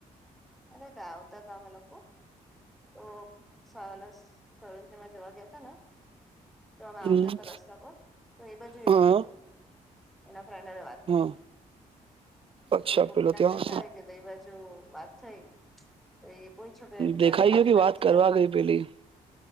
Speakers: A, in the centre; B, on the right.
A: અરે કા આવતા તમે લોકો તો સલમાં <unintelligible> જવા ગયા ત ને? તો અમે આવતા
B: હમ
A: હતા રસ્તા પર તો એ બાજુ
B: હા
A: એ બ તો એના વાત કરતો
B: હા અચ્છા
A: તો ગોપીકને
B: પેલો ત્યાં
A: દેખાય કે એ બાજુ વાત થઈ તો એ પુયછુ કે
B: દેખાઈ ગયો વાત કરવા
A: <unintelligible> એમ
B: ગઈ પેલી